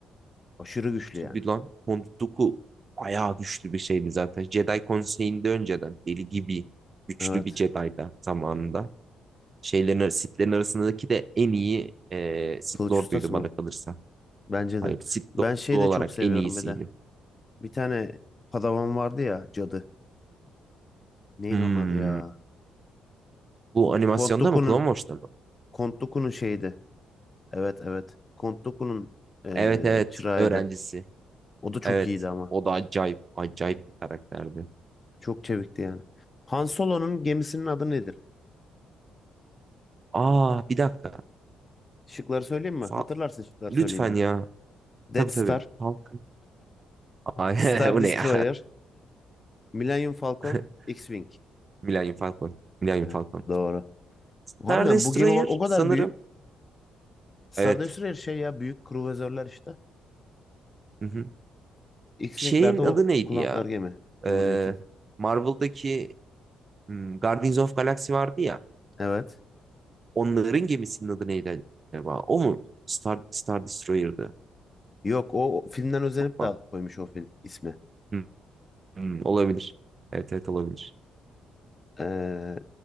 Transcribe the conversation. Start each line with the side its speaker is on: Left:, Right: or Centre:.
Left: Aşırı güçlü yani.
Right: Tabii lan. Hondoku bayağı güçlü bir şeydi zaten. Jedi Konseyi'nde önceden deli gibi güçlü
Left: Evet.
Right: bir Jedi'da zamanında. Şeylerin, ar- Sith'lerin arasındaki de en iyi e, Sith
Left: Kılıç
Right: Lord'uydu
Left: ustası mı?
Right: bana kalırsa.
Left: Bence
Right: Hayır
Left: de.
Right: Sith
Left: Ben
Right: Lord'u
Left: şey de
Right: olarak
Left: çok seviyorum
Right: en iyisiydi.
Left: bir de. Bir tane padavan vardı ya cadı. Neydi
Right: Hmm.
Left: onun adı ya?
Right: Bu animasyonda
Left: Count Dooku'nun
Right: mı? Clone Wars'ta mı?
Left: Count Dooku'nun şeydi. Evet evet. Count Dooku'nun eee
Right: Evet evet.
Left: çırağıydı.
Right: Öğrencisi.
Left: O da çok
Right: Evet.
Left: iyiydi ama.
Right: O da acayip. Acayip bir karakterdi.
Left: Çok çevikti yani. Han Solo'nun gemisinin adı nedir?
Right: Aa bir dakika.
Left: Şıkları söyleyeyim mi?
Right: Fa-
Left: Hatırlarsın şıkları
Right: Lütfen
Left: söyleyince.
Right: ya.
Left: Death
Right: Tabii tabii.
Left: Star,
Right: Falcon. Ay,
Left: Star
Right: <laughs> o
Left: Destroyer,
Right: ne ya?
Left: Millennium Falcon,
Right: <laughs>
Left: X-Wing.
Right: Millennium Falcon. Millennium
Left: Evet
Right: Falcon.
Left: doğru.
Right: Star
Left: Harbiden
Right: Destroyer
Left: bu gemi bak o kadar
Right: sanırım.
Left: büyük. Star
Right: Evet.
Left: Destroyer şey ya büyük kruvazörler işte.
Right: Hı hı.
Left: X-Wing'lerde
Right: Şeyin
Left: o
Right: adı neydi
Left: kullandıkları
Right: ya?
Left: gemi. Cumhuriyet'in.
Right: Ee, Marvel'daki hmm, Guardians of Galaxy vardı ya.
Left: Evet.
Right: Onların gemisinin adı neydi acaba? O mu? Star, Star Destroyer'dı.
Left: Yok o filmden özenip
Right: Bak.
Left: de koymuş o film ismi.
Right: Hı, hı, olabilir. Evet evet olabilir.
Left: Eee